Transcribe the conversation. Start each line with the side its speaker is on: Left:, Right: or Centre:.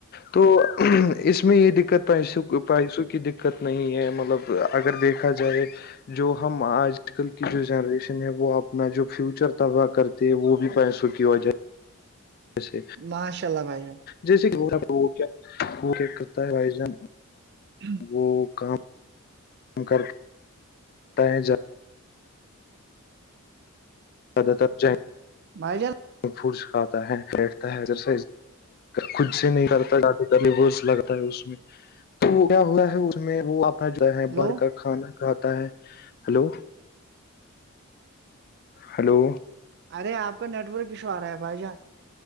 Left: تو اس میں یہ دقت تو ای پیسوں کی دقت نہیں ہے مطلب اگر دیکھا جائے جو ہم آج کل کی جو جنریشن ہے وہ آپ اپنا جو فیوچر تباہ کرتے وہ بھی پیسوں کی وجہ سے
Right: ماشاء اللہ بھائیان
Left: جیسے کہ گا وہ کیا وہ کیا کرتا ہے بھائی جان
Right: <inaudible>
Left: وہ کام <inaudible> <inaudible> تد تب جائ
Right: <inaudible>
Left: ف کھاتا ہے بیٹھتارائز خود سے نہیں کرتا لگتا ہے اس میں تو وہ کیا ہوا ہے اس میں وہ چتا ہے
Right: ہلو
Left: باہر کا کھانا کھاتا ہے ہلو ہلو
Right: ارے آپ کا نیٹ ورک ایشو آ رہا ہے بھائی جان